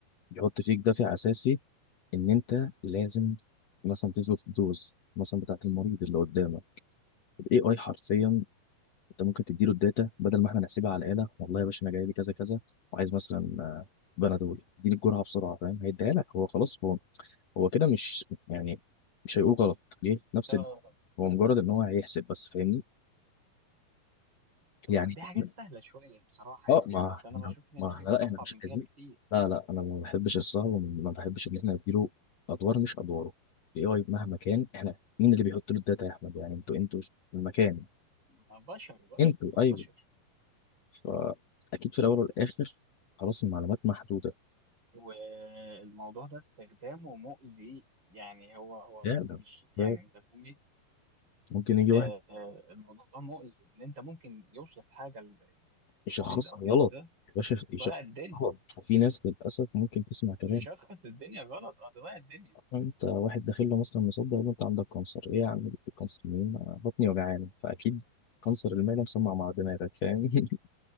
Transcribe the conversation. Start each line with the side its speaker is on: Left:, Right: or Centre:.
Left: بيحط فيك دافع اساسي ان انت لازم مثلا تظبط الدوز مثلا بتاعت المريض اللي قدامك الاي اي حرفيا انت ممكن تديله الداتا بدل ما احنا نحسبها على الآلة والله يا باشا انا جاي لي كذا كذا وعايز مثلا آه، بنادول اديني الجرعة بسرعة فاهم هيديها لك هو خلاص هو هو كده مش يعني مش هيقول غلط ليه نفس
Right: اه
Left: ال- هو مجرد ان هو هيحسب بس فاهمني
Right: آه،
Left: يعني
Right: دي حاجات
Left: إحنا-
Right: سهله شويه بصراحه
Left: اه
Right: يعني
Left: ما
Right: بس
Left: احنا
Right: انا بشوف ان
Left: ما
Right: في حاجات
Left: احنا لا
Right: اصعب
Left: احنا مش
Right: من كده
Left: عايزين
Right: بكتير
Left: لا لا انا ما بحبش الصعب وما بحبش ان احنا نديله ادوار مش ادواره الاي اي مهما كان احنا مين اللي بيحط له الداتا يا احمد يعني انتوا انتوا المكان
Right: آه، بشر بشر
Left: انتوا
Right: اه
Left: ايوه
Right: بشر
Left: فاكيد في الاول والاخر خلاص المعلومات محدوده
Right: والموضوع ده استخدامه مؤذي يعني هو هو بس
Left: فعلا
Right: مش يعني
Left: فعلا.
Right: انت فاهمني
Left: ممكن يجي
Right: آه،
Left: واحد
Right: آه، الموضوع مؤذي ان انت ممكن يوصف حاجه للمريض
Left: يشخصها
Right: او كده
Left: غلط يا باشا يشخصها
Right: تضيع الدنيا
Left: غلط وفي ناس للأسف ممكن تسمع كلام
Right: مش هتخلص الدنيا غلط هتضيع الدنيا
Left: "أه، أنت واحد داخل له مثلا مصدق إن أنت عندك كانسر إيه يا عم جبت الكانسر منين أنا بطني وجعانة فأكيد كانسر المعدة مسمع مع دماغك فاهم <laughs>